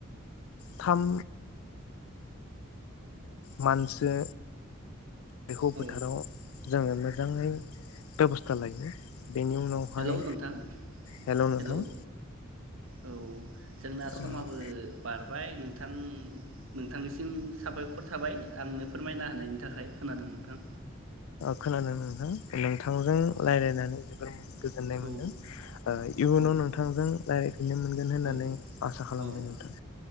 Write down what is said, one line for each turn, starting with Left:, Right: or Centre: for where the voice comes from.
Left: थाम। मानसो। बिखौ
Right: औ
Left: फोथाराव जोङो। मोजाङै बेबस्था लायो। बेनि उनावहाय
Right: हेलौ नोंथां
Left: हेल नोंथां।
Right: हेलौ औ। जोंना समाबो
Left: ओ
Right: बार बाय नोंथां नोंथांनिसिम साबायखर थाबाय आंनो फोरमायना होनायनि थाखाय खोनादों नोंथां।
Left: खोनादों नोंथां। नोंथांजों
Right: औ
Left: रायलायनानै जोबोर गोजोननाय मोनदों
Right: औ
Left: इयुनाव
Right: औ
Left: नोंथांजों रायजलायफिननो मोनगोन होननानै
Right: औ
Left: आसा खालामबाय
Right: औ
Left: नोंथां।